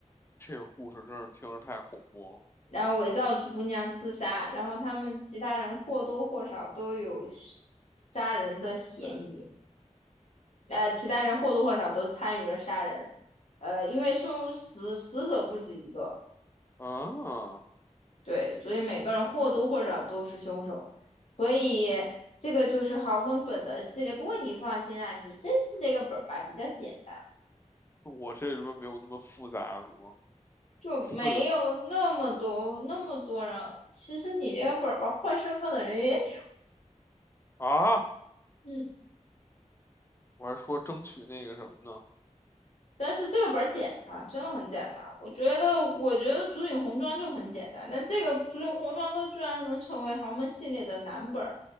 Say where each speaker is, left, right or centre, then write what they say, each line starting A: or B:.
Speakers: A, on the left; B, on the left.
A: 这个故事真是听着太恐怖
B: 然后伪造主姑娘自杀，然后他们其他人或多或少都有杀人的嫌疑，呃，其他人或多或少都参与了杀人，呃，因为凶死死者不止一个，
A: 了。啊，
B: 对，所以每个人或多或少都是凶手，所以这个就是豪门本的系列。不过你放心啦，你这次这个本儿吧比较简单。
A: 我这里边没有那么复杂是吗？
B: 就没有那么多那么多人，
A: 四个字
B: 其实你这个本儿吧，换身份的人也挺，
A: 啊，
B: 嗯。
A: 我还说争取那个什么呢？
B: 但是这个本儿简单，真的很简单。我觉得，我觉得《竹影红妆》就很简单，但这个《竹影红妆》都居然能成为豪门系列的男本儿，